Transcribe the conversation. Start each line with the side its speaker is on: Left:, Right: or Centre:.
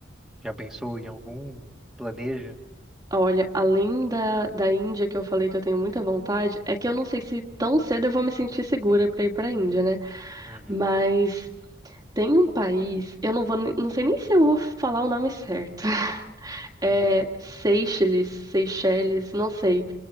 Centre: Já pensou em algum? Planeja?
Right: Olha, além da, da Índia, que eu falei que eu tenho muita vontade, é que eu não sei se tão cedo eu vou me sentir segura pra ir pra Índia, né?
Centre: Uhum,
Right: Mas tem um país, eu não vou, nem- não sei nem se eu vou falar o nome certo. É
Centre: uhum,
Right: Seychelles, Seychelles, não sei.